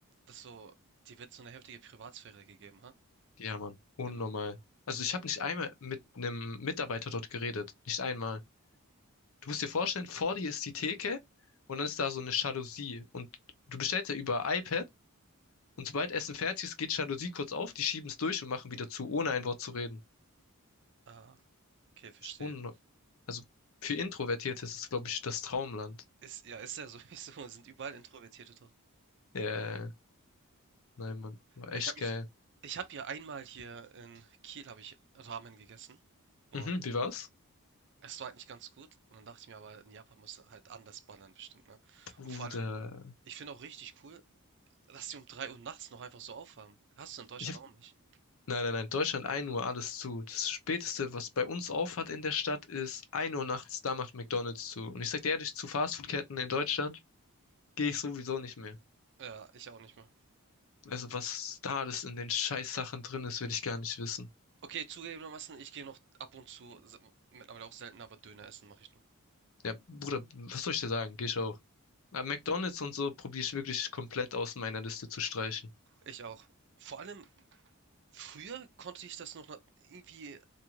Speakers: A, on the right; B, on the left.
A: dass so dir wird so eine heftige Privatsphäre gegeben, ha?
B: Ja, Mann, unnormal.
A: Genau.
B: Also ich habe nicht einmal mit einem Mitarbeiter dort geredet. Nicht einmal. Du musst dir vorstellen, vor dir ist die Theke und dann ist da so eine Jalousie. Und du bestellst ja über iPad und sobald Essen fertig ist, geht Jalousie kurz auf, die schieben es durch und machen wieder zu, ohne ein Wort zu reden.
A: Ah, okay, verstehe.
B: ist un also für Introvertierte ist es, glaube ich, das Traumland.
A: Ist ja, ist ja sowieso <laughs> sind überall Introvertierte dort.
B: Äh, nein, Mann, war
A: Ja,
B: echt
A: ich habe
B: geil.
A: mich ich habe ja einmal hier in Kiel habe ich Ramen gegessen und
B: Mhm, wie war's?
A: es war halt nicht ganz gut. Und dann dachte ich mir aber, in Japan muss halt anders ballern bestimmt, ne?
B: Bruder.
A: Und vor allem, ich finde auch richtig cool, dass die um 3 Uhr nachts noch einfach so aufhaben. Hast du in Deutschland
B: Ich hab,
A: auch nicht.
B: nein, nein, nein, Deutschland ein Uhr, alles zu. Das Späteste, was bei uns aufhat in der Stadt, ist ein Uhr nachts, da macht McDonald's zu. Und ich sag dir ehrlich, zu Fastfoodketten in Deutschland gehe ich sowieso nicht mehr.
A: Ja, ich auch nicht mehr.
B: Also was da alles in den Scheißsachen drin ist, will ich gar nicht wissen.
A: Okay, zugegebenermaßen, ich gehe noch ab und zu, se- mittlerweile auch selten, aber Döner essen mache ich noch.
B: Ja, Bruder, was soll ich dir sagen? Geh ich auch. Aber McDonald's und so probiere ich wirklich komplett aus meiner Liste zu streichen.
A: Ich auch. Vor allem, früher konnte ich das noch na- irgendwie